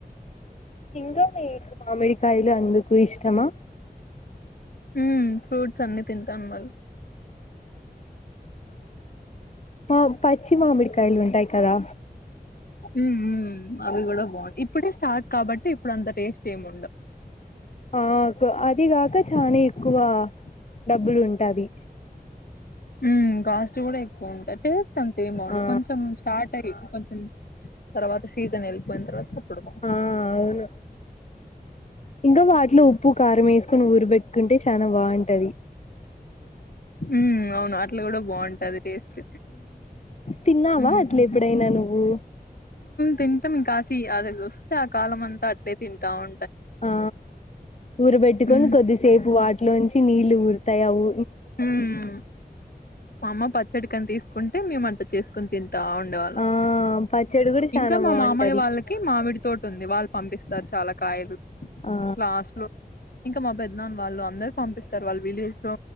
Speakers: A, on the left; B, on the left.
A: ఇంగ మికు మామిడి కాయలు అందుకు ఇష్టమా?
B: హ ఫ్రూట్స్ అన్ని తింటాను మళ్ళ.
A: ప పచ్చి మామిడికాయలు ఉంటాయి కదా
B: ఉ ఉ అవి కూడా బాగుం ఇప్ ఇప్పుడే స్టార్ట్ కాబట్టి ఇప్పుడు అంత టేస్ట్ ఏమిండవు
A: ఆ అదిగాక చానా ఎక్కువ డబ్బులు ఉంటది
B: హ కాస్ట్ కూడా ఎక్కువ ఉంట. టేస్ట్ అంతే ఏమవుందు
A: ఆ
B: కొంచెం స్టార్ట్ అయ్యి కొంచ తర్వాత సీజన్ వెళిపోయినా తర్వాత అప్పుడు బా
A: ఆ అవును ఇంకా వాటిలో ఉప్పు కా కరం వేసుకుొని ఊరు పెెట్టుకుంటే చానా బాగుంటది
B: ఉ అవును అట్లు కూడా బాగుంటుది టేస్ట్
A: తిన్నావా
B: హ్మ్.
A: అట్ల
B: హ్మ్.
A: ఎప్పుడైనా నువ్వు?
B: తింటాం కాశీ అదిగగ వస్తే ఆ కాలం అంతా అట్లే తింటా ఉ
A: ఆ ఊరుబెట్టుకొని
B: హ్మ్.
A: కొద్దిసేపు వాటిలోంచి నీళ్లు ఊరుతాయి ఆ ఊ.
B: హ్మ్ మామ్మ పచ్చడికని తీస్ కుంటే మేమ అంత చేసుకుని తిం ా ఉండేవాళ్ళం.
A: ఆ పచ్చడి కూడా చానా
B: ఇంకా మా
A: బాగుంటది
B: మామయ్య వాళ్ళకి మామిడి తటి ఉంది వాళ్ళు పంపిస్త స్తారు చాలా కాయలు.
A: ఆ
B: లాస్ట్ లో ఇంకా మా పెద్దనాన వాళ్ళు అందరు పంపిస్తారు వాళ్ళ విలేజ్ లో